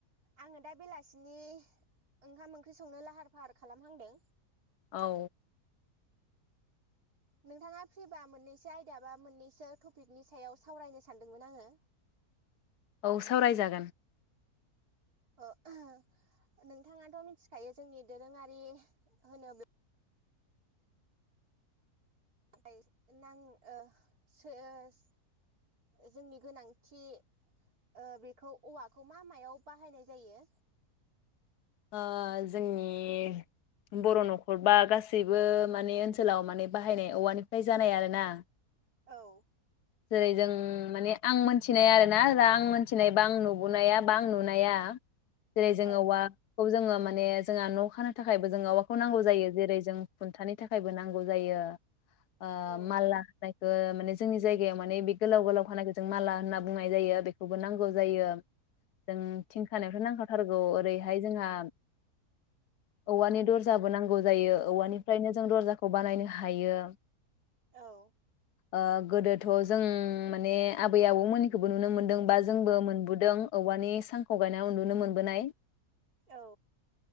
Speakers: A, on the right (about 70°); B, on the left (about 80°).
A: आङो दा बेलासिनि ओंखाम ओंख्रि संनो लाहार फाहार खालामहांदों
B: औ
A: नोंथाङा फ्रिबा मोननैसो आयदा बा मोननैसो टपिकनि सायाव सावरायनो सानदोंमोन आंङो
B: औ सावरायजागोन
A: ओ-ओह नोंथाङाथ मिथिखायो जोंनि दोरोङारि होनोब्ला <unintelligible> नां ओह सोहोस जोंनि गोनांथि ओ बेखौ औवाखौ मा मायाव बाहायनाय जायो
B: ओह जोंनि बर नखर बा गासैबो माने ओनसोलाव माने बाहायनाय औवानिफ्राय जानाय आरोना
A: औ
B: जेरै जों माने आं मोन्थिनाय आरो ना रा आं मोन्थिनायबा आं नुबोनाया बा आं नुनाया जेरै जोङो
A: औ
B: औवाखौ जोङो मा माने जोंहा न' खानो थाखायबो जों औवाखौ नांगौ जायो जेरै जों खुन्थानि थाखायबो नांगौ जायो ओ
A: औ
B: माला होनाय ओ माने जोंनि जायगायाव माने बे गोलाव गोलाव खानायखौ जों माला होनना बुंनाय जायो बेखौबो नांगौ जायो जों थिंखानायफ्राय नांखाथारगौ ओरैहाय जोंहा औवानि दरजाबो नांगौ जायो औवानिफ्रायनो जों दरखौ बानायनो हायो,
A: औ
B: ओह गोदोद थ' जों माने आबै आबौमोननिखौबो नुनो मोनदों बा जोंबो मोनबोदों औवानि सांखौ गायनानै उन्दुनो मोनबोनाय।
A: औ